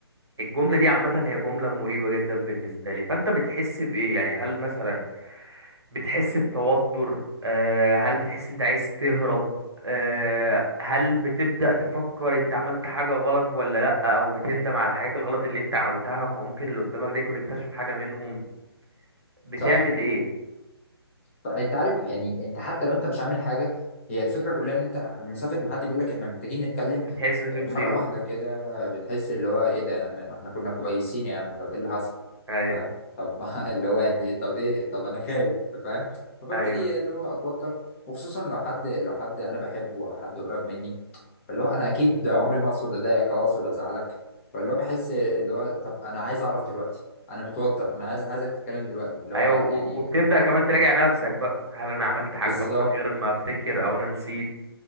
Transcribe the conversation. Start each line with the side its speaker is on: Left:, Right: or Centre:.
Right: الجملة دي عامة هي جملة مريبة جدا بالنسبة لي فأنت بتحس بإيه يعني هل مثلا بتحس بتوتر آه هل بتحس أنت عايز تهرب آه هل بتبدأ تفكر أنت عملت حاجة غلط ولا لأ أو بتندم على الحاجات الغلط اللي أنت عملتها ما هو ممكن اللي قدامك ده يكون اكتشف حاجة منهم بتعمل
Left: صح
Right: إيه
Left: فانت عارف يعني انت حتى لو انت مش عامل حاجه هي الفكره كلها ان انت مسافه ما حد بيقول لك احنا محتاجين نتكلم
Right: بتحس إن في
Left: آه،
Right: مصيبة
Left: مره واحده كده بتحس اللي هو ايه ده يا عم احنا كنا كويسين يا عم طب ايه اللي حصل
Right: أيوه
Left: فاهم طب <laughs> اللي هو يعني طب ايه طب انا خايف فاهم فببتدي
Right: أيوه
Left: اللي هو اتوتر وخصوصا لو حد لو حد انا بحبه او حد قريب مني اللي هو انا اكيد عمري ما اقصد اضايقك او اقصد ازعلك فاللي هو بحس اللي هو طب انا عايز اعرف دلوقتي انا متوتر انا عايز عايزك تتكلم دلوقتي اللي
Right: أيوه
Left: هو
Right: و-
Left: يعني
Right: وبتبدأ كمان تراجع نفسك بقى هل أنا عملت حاجة
Left: بالظبط
Right: طب من غير ما أفتكر أو أنا نسيت